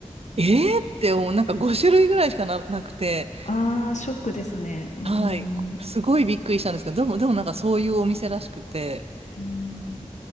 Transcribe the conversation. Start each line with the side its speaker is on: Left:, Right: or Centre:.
Right: えーって思う、なんか5種類ぐらいしかな、なくて、
Left: ああ、ショックですね。うーん。
Right: はい、
Left: う
Right: すごいびっくりしたんですけど、でも、でもなんかそういうお店らしくて、
Left: ーん。